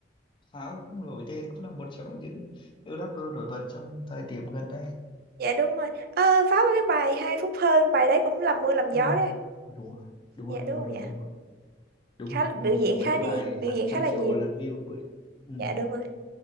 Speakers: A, on the left; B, on the right.
A: Pháo cũng nổi tên cũng là một trong những nữ rapper nổi bật trong thời điểm gần đây
B: dạ đúng rồi ờ pháo có cái bài hai phút hơn bài đấy cũng làm mưa làm
A: ừ.
B: gió đấy
A: đúng rồi đúng
B: dạ
A: rồi
B: đúng
A: đúng
B: không
A: rồi đúng
B: nhỉ
A: rồi đúng rồi đúng
B: khá
A: rồi đúng
B: biểu
A: rồi
B: diễn
A: mấy
B: khá
A: cái
B: đi
A: bài
B: biểu
A: hàng
B: diễn
A: trăm
B: khá là
A: triệu
B: nhiều
A: lượt view ấy ừ.
B: dạ đúng rồi